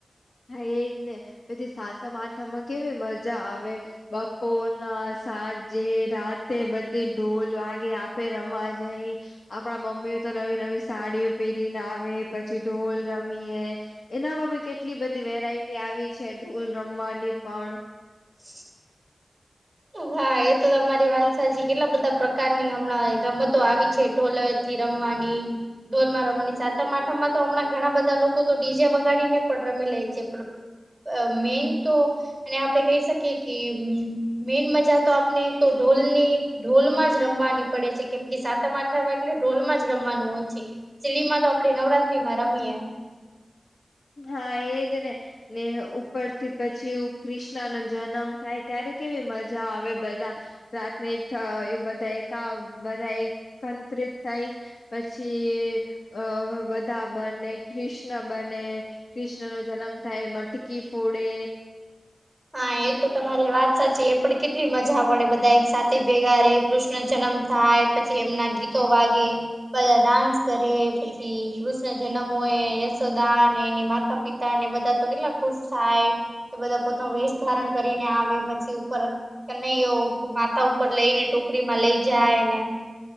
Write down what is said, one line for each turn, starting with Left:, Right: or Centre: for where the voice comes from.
Left: હા એજ ને પછી સાતમ આઠમાં કેવી મજા આવે બપોર ના સાંજે રાતે બધી ઢોલ વાગે આપે રમવા જઈ આપણા મમ્મીઓ તો નવી નવી સાડીઓ પહેરીને આવે પછી ઢોલ રમીએ એનામાં બી કેટલી બધી વેરાયટી આવી છે ઢોલ રમવાની પણ
Centre: <inaudible> હા, એ તો તમારી વાત સાચી કેટલા બધા પ્રકારની હમણાં રમતો આવી છે, ઢોલવેથી રમવાની ઢોલમાં રમવાની. સાતમ-આઠમમાં તો હમણાં ઘણા બધા લોકો તો ડીજે વગાડીને પણ રમી લે છે <unintelligible> અ મેઈન તો અને આપડે કહી શકીએ કે મેઈન મજા તો આપને તો ઢોલની ઢોલમાં જ રમવાની પડે છે કેમ કે સાતમ-આઠમાં એટલે ઢોલમાં જ રમવાનું હોય છે <unintelligible> ડીજેમાં તો આપડે નવરાતત્રીમાં રમીએ.
Left: હા એજ ને ને ઉપરથી પછી ક્રિષ્નાનો જનમ થાય ત્યારે કેવી મજા આવે બધા રાતને એકઠ એ બધા એકાવ બધા એકંત્રિત થાય પછી અ બધા બને ક્રિષ્ન બને, ક્રિષ્નનો જનમ થાય એ મટકી ફોડે.
Centre: હા, એ તો તમારી વાત સાચી એ પડ કેટલી મજા પડે બધા એક સાથે ભેગા રે, કૃષ્ન જનમ થાય પછી એમના ગીતો વાગે. પાછા ડાન્સ કરે પછી કૃષ્ણ જનમ હોય યશોદા ને એની માતા-પિ તાને બધા તો કેટલા ખુશ થાય કે બધા પોતાનો વેશ ધારણ કરીને આવે પછી ઉપર કનૈયો માથા ઉપર લઈને ટોકરીમાં લઈ જાય ને.